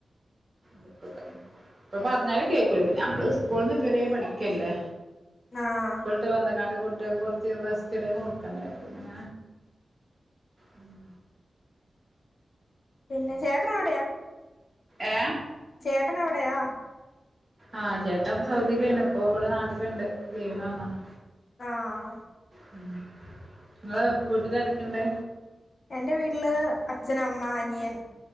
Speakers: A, on the right (about 30°); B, on the left (about 50°).
A: ബുക്കൊക്കെ ഇപ്പൊ പറഞ്ഞാലും കേക്കൂല പിന്നെ ഞമ്മള് ഉസ് സ്കൂൾന്ന് ഇതുവരെ പഠിക്കല്ലേ?
B: ആഹ്
A: സ്കൂള് വിട്ട് വന്ന്ക്കാണ്ട് കു ട്ടിയേക്ക് കൊറച്ച് റെസ്റ്റ് ടൈമ് കൊടു ക്കണ്ടെ പിന്നെ ഉം
B: പിന്നെ ചേട്ടൻ എവിടെയാ?
A: ഏഹ്
B: ചേട്ടൻ എവിടെയാ?
A: ആഹ് ചേട്ടൻ സൗദിയിലേനു ഇപ്പൊ ഇവിടെ നാട്ടില്ണ്ട് ലീവിന് വന്നാണ്.
B: ആഹ് ആഹ്
A: ഉം ഇങ്ങളെ വീട്ടിലാരൊക്കെണ്ട്?
B: എൻ്റെ വീട്ടില് അച്ഛൻ അമ്മ അനിയൻ